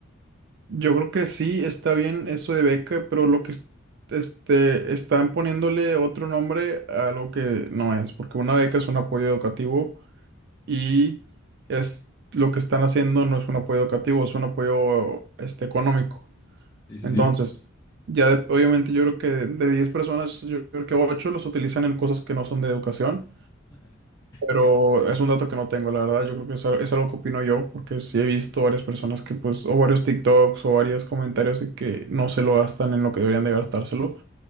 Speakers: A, on the right (about 55°); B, on the left (about 15°).
A: yo creo que sí está bien eso de beca, pero lo que este, están poniéndole otro nombre a algo que no es, porque una beca es un apoyo educativo y es lo que están haciendo no es un apoyo educativo, es un apoyo este, económico.
B: Sí, sí,
A: Entonces,
B: sí.
A: ya de- obviamente yo creo que de, 10 personas, yo creo que 8 los utilizan en cosas que no son de educación, pero
B: sí.
A: es un dato que no tengo, la verdad, yo creo que es, al- es algo que opino yo, porque sí he visto varias personas que pues, o varios TikToks o varios comentarios de que no se lo gastan en lo que deberían de gastárselo.